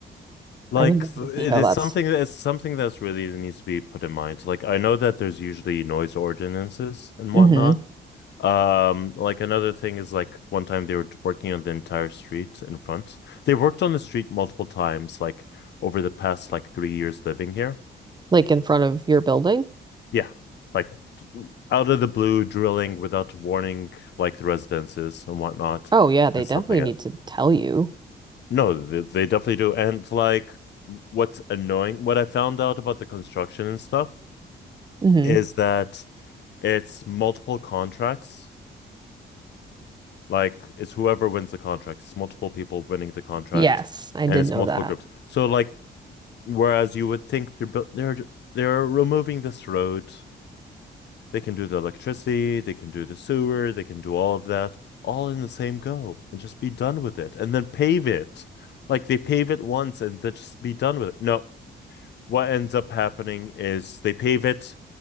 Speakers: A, on the left (about 70°); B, on the right (about 25°).
A: Like
B: I can definitely
A: th- it
B: see how
A: is
B: that's
A: something that it's something that's really needs to be put in mind. Like I know that there's usually noise ordinances and
B: hmm
A: whatnot. Um, like another thing is like one time they were working on the entire street in front. They worked on the street multiple times, like over the past like three years living here.
B: like in front of your building.
A: Yeah. Like out of the blue, drilling without warning, like the residences and whatnot
B: Oh yeah, they
A: and
B: definitely
A: stuff like that.
B: need to tell you.
A: No, they, they definitely do. And like what's annoying, what I found out about the construction and stuff
B: hmm
A: is that it's multiple contracts. Like it's whoever wins the contract, it's multiple people winning the contract,
B: Yes, I
A: and
B: did
A: it's
B: know
A: multiple
B: that.
A: groups. So like, whereas you would think they're bu- they're they're removing this road They can do the electricity, they can do the sewer, they can do all of that, all in the same go and just be done with it and then pave it. Like they pave it once and then just be done with it. No, what ends up happening is they pave it,